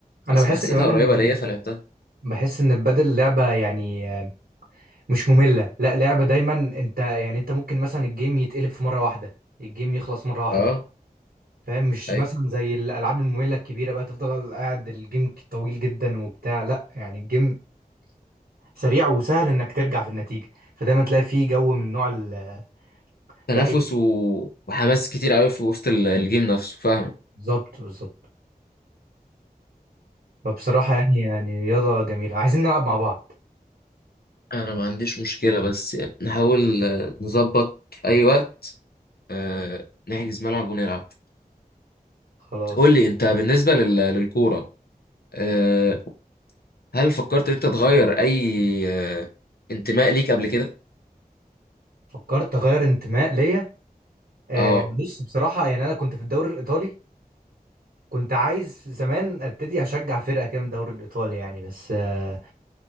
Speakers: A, on the right (about 80°); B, on the left (about 80°).
A: انا
B: بس
A: بحس
B: فحسيتها
A: كمان
B: قريبة
A: ان ال-
B: ليا فلعبتها
A: بحس ان البدل لعبه يعني آه، مش ممله لا لعبه دايما انت يعني انت ممكن مثلا الجيم يتقلب في مره واحده الجيم يخلص مره واحده
B: أه
A: فاهم مش
B: أي
A: مثلا زي الالعاب الممله الكبيره بقى تفضل قاعد الجيم طويل جدا وبتاع لا يعني الجيم سريع وسهل انك ترجع في النتيجه فدايما تلاقي فيه جو من نوع ال
B: تنافس
A: لا إيه.
B: و... وحماس كتير قوي في وسط ال- الجيم نفسه فاهم
A: بالظبط بالظبط فبصراحه يعني يعني رياضه جميله عايزين نلعب مع بعض
B: انا ما عنديش مشكلة بس يعني نحاول آه، نظبط في اي وقت آه، نحجز ملعب ونلعب
A: خلاص
B: قول لي انت بالنسبة لل- للكورة آه، هل فكرت انت تغير اي آه، انتماء ليك قبل كده
A: فكرت اغير انتماء ليا آه
B: اه
A: بص بصراحه يعني انا كنت في الدوري الايطالي كنت عايز زمان ابتدي اشجع فرقه كده من الدوري الايطالي يعني بس آه